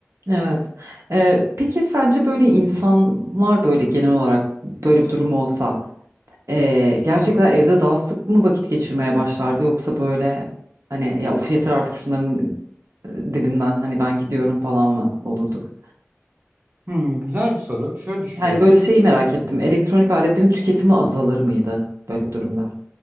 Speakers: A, on the right; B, on the right.
A: Evet. Ee, peki sence böyle insanlar böyle genel olarak böyle bir durum olsa ee, gerçekten
B: Hı hı.
A: evde daha sık mı vakit geçirmeye başlardı yoksa böyle hani ya of yeter artık şunların e, dilinden hani ben gidiyorum falan mı olurduk?
B: Hmm, güzel bir soru. Şöyle düşünüyorum.
A: Yani böyle şeyi merak ettim. Elektronik aletlerin tüketimi azalır mıydı böyle bir durumda?